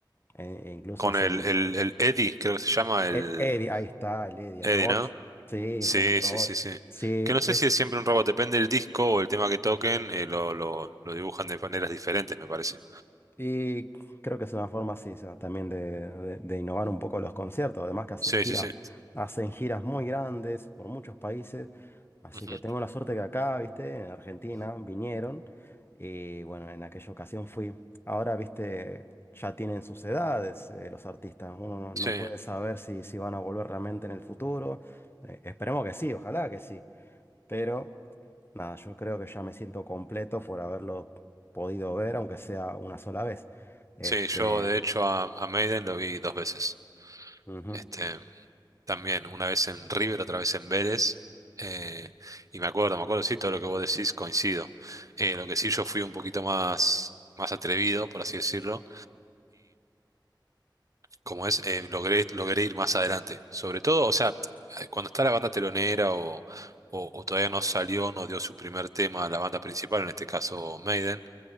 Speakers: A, on the left; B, on the right.
A: e e incluso
B: Con
A: hacen.
B: el, el, el Eddie, creo que se llama el
A: El Eddie, ahí está, el Eddie,
B: Eddie,
A: el robot.
B: ¿no?
A: Sí,
B: Sí,
A: es como un robot.
B: sí, sí, sí.
A: Sí,
B: Que no sé
A: es.
B: si es siempre un robot, depende del disco o el tema que toquen, eh, lo, lo, lo dibujan de maneras diferentes, me parece.
A: Y creo que es una forma, sí, esa también de, de- de innovar un poco los conciertos. Además que hace
B: Sí,
A: gira,
B: sí, sí.
A: hacen giras muy grandes por muchos países. Así
B: Ujú.
A: que tengo la suerte que acá, viste, en Argentina, vinieron. Y bueno, en aquella ocasión fui. Ahora, viste, ya tienen sus edades, eh, los artistas. Uno no, no
B: Sí,
A: puede saber si, si van a volver realmente en el futuro. Eh, esperemos que sí, ojalá que sí. Pero Nada, yo creo que ya me siento completo por haberlo podido ver, aunque sea una sola vez. Este,
B: sí, yo de hecho a, a Maiden lo vi dos veces.
A: ujú,
B: Este,
A: <laughs>
B: también, una vez en River, otra vez en Vélez. Eh, y me acuerdo, me acuerdo, sí, todo lo que vos decís coincido. Eh, lo que sí, yo fui un poquito más, más atrevido, por así decirlo. como es, eh, logré, logré ir más adelante. Sobre todo, o sea, eh, cuando está la banda telonera o, o- o todavía no salió, no dio su primer tema a la banda principal, en este caso Maiden,